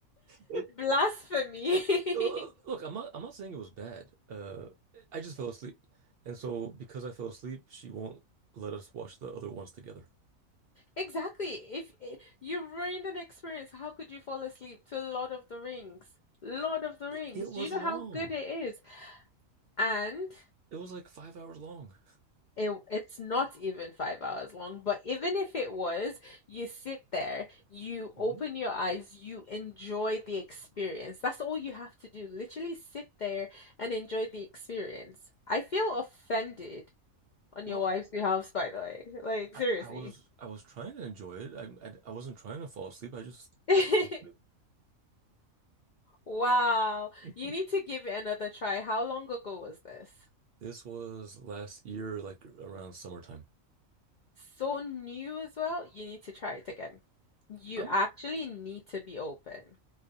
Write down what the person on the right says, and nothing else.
It
Uh,
Look, I'm not I'm not saying it was bad. Uh, I just fell asleep. And so because I fell asleep, she won't let us watch the other ones together.
It,
it was
long.
It was like five hours long.
Mhm.
Well,
I,
I was I was trying to enjoy it. I, I I wasn't trying to fall asleep. I just
fell asleep.
<laughs>
This was last year, like around summertime.
I'm